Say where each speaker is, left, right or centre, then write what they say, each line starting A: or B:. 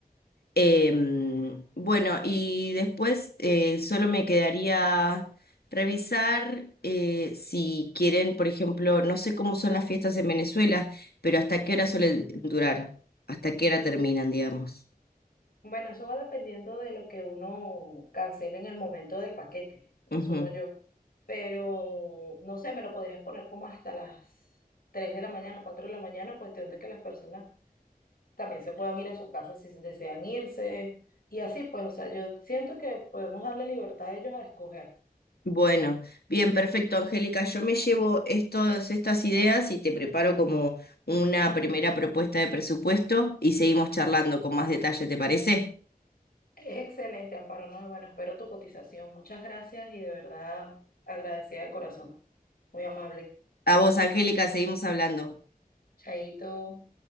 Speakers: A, on the left (about 85°); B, on the left (about 70°).
A: Em, bueno, y después eh, solo me quedaría revisar eh, si quieren, por ejemplo, no sé cómo son las fiestas en Venezuela, pero hasta qué hora suelen durar, hasta qué hora terminan, digamos.
B: Bueno, eso va dependiendo de lo que uno cancele en el momento del paquete,
A: Ujú.
B: asumo yo. Pero no sé, me lo podrías poner como hasta las 3 de la mañana, 4 de la mañana, cuestión de que las personas también se puedan ir a su casa si desean irse. Y así, pues, o sea, yo siento que podemos darle libertad a ellos a escoger.
A: Bueno, bien, perfecto, Angélica. Yo me llevo estos, estas ideas y te preparo como una primera propuesta de presupuesto y seguimos charlando con más detalle, ¿te parece?
B: Es excelente, Amparo, ¿no? Y bueno, espero tu cotización. Muchas gracias y de verdad agradecida de corazón. Muy amable.
A: A vos, Angélica, seguimos hablando.
B: Chaito.